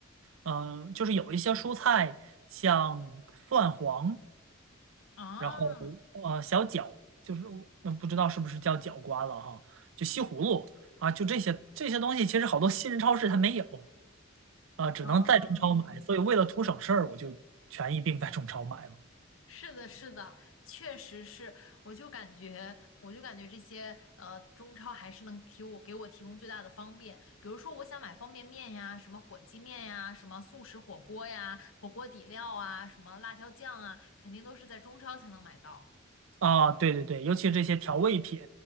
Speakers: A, on the right; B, on the left.
A: 嗯，就是有一些蔬菜像蒜黄，
B: 啊
A: 然后呃小角，就是那不知道是不是叫角瓜了哈，就西葫芦啊，就这些这些东西，其实好多新人超市它没有。啊，只能在中超买，
B: 啊，
A: 所以为了图省事儿，我就全一并在中超买了。
B: 是的，是的，确实是，我就感觉，我就感觉这些呃中超还是能提我给我提供最大的方便。比如说，我想买方便面呀，什么火鸡面呀，什么速食火锅呀，火锅底料啊，什么辣椒酱啊，肯定都是在中超才能买到。
A: 啊，对对对，尤其这些调味品